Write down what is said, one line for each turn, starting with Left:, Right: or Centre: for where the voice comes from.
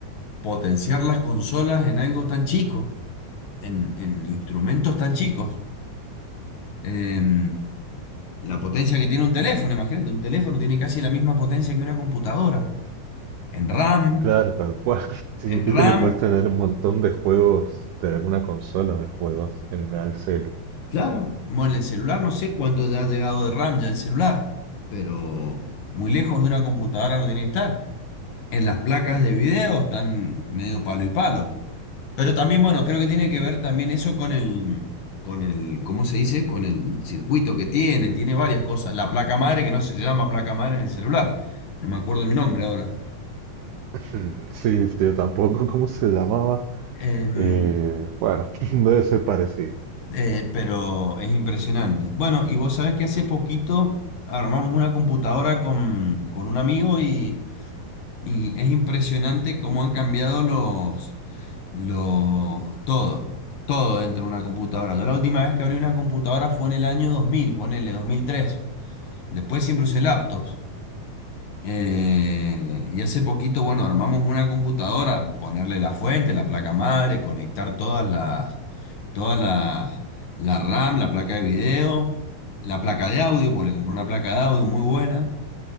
Left: potenciar las consolas en algo tan chico, en, en instrumentos tan chicos. Em, la potencia que tiene un teléfono, imagínate, un teléfono tiene casi la misma potencia que una computadora. En RAM,
Right: Claro, tal cual. <laughs> Sí,
Left: en
Right: viste
Left: RAM
Right: que puedes tener un montón de juegos de alguna consola de juegos en el celu.
Left: Claro, bueno, el celular no sé cuánto ya ha llegado de RAM ya el celular, pero muy lejos de una computadora no tiene que estar. En las placas de video están medio palo y palo. Pero también, bueno, creo que tiene que ver también eso con el, con el, ¿cómo se dice? Con el circuito que tiene, tiene varias cosas. La placa madre, que no se llama placa madre en el celular, no me acuerdo el nombre ahora.
Right: Hmm, <laughs> Sí, sí, yo tampoco, ¿cómo se llamaba?
Left: Em,
Right: Eh, bueno, <laughs> debe ser parecido.
Left: Eh, pero es impresionante. Bueno, y vos sabés que hace poquito armamos una computadora con, con un amigo y, y es impresionante cómo han cambiado los, los, todo, todo dentro de una computadora. Yo la última vez que abrí una computadora fue en el año 2000, ponele dos mil tres Después siempre usé laptops. Eh, y hace poquito, bueno, armamos una computadora, ponerle la fuente, la placa madre, conectar todas las toda la, la RAM, la placa de video, la placa de audio, pues le compré una placa de audio muy buena,